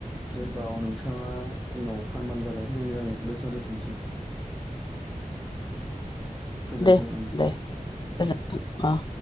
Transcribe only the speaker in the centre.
दे हबा नोंथाङा उनाव फानबानो जाबाय जोंनि रायलायखौ बेखिनियाव दोन्थ'नोसै। गोजोनथों
ओं